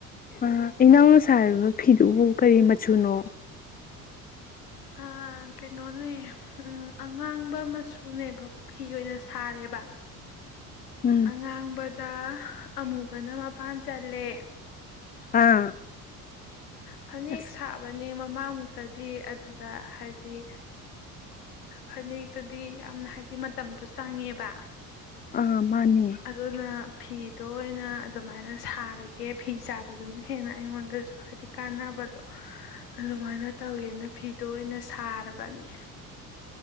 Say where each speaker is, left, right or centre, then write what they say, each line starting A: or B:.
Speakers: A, on the left; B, on the left.
A: ꯑ ꯏꯅꯥꯎꯅ ꯁꯥꯔꯤꯕ ꯐꯤꯗꯨꯕꯨ ꯀꯔꯤ ꯃꯆꯨꯅꯣ
B: ꯑ ꯀꯩꯅꯣꯅꯦ ꯎꯝ ꯑꯉꯥꯡꯕ ꯃꯆꯨꯅꯦꯕ ꯐꯤ ꯑꯣꯏꯅ ꯁꯥꯔꯦꯕ
A: ꯎꯝ
B: ꯑꯉꯥꯡꯕ ꯇ ꯑꯃꯨꯕꯅ ꯃꯄꯥꯟ ꯆꯜꯂꯦ
A: ꯑꯥ
B: ꯐꯅꯦꯛ
A: ꯑꯁ
B: ꯁꯥꯕꯅꯦ ꯃꯃꯥꯡ ꯃꯨꯛꯇꯗꯤ ꯑꯗꯨꯗ ꯍꯥꯏꯗꯤ ꯐꯅꯦꯛꯇꯨꯗꯤ ꯌꯥꯝꯅ ꯍꯥꯏꯗꯤ ꯃꯇꯝꯗꯣ ꯆꯪꯉꯦꯕ
A: ꯑꯥ ꯃꯥꯅꯤ
B: ꯑꯗꯨꯅ ꯐꯤꯗꯣ ꯑꯣꯏꯅ ꯑꯗꯨꯃꯥꯏꯅ ꯁꯥꯔꯒꯦ ꯐꯤ ꯁꯥꯕꯗꯨꯅ ꯍꯦꯟꯅ ꯑꯩꯉꯣꯟꯗꯁꯨ ꯍꯥꯏꯗꯤ ꯀꯥꯟꯅꯕꯗꯣ ꯑꯗꯨꯃꯥꯏꯅ ꯇꯧꯋꯦꯅ ꯐꯤ ꯇꯣꯏꯅ ꯁꯥꯔꯕꯅꯤ